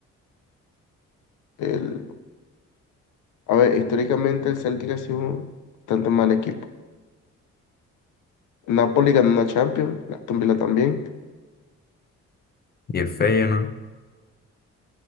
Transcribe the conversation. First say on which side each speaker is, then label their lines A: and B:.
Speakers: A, on the left; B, on the left.
A: El, a ver, históricamente el Celtic ha sido un bastante mal equipo. El Napoli ganó una Champions, Aston Villa también.
B: y el Feyenoord.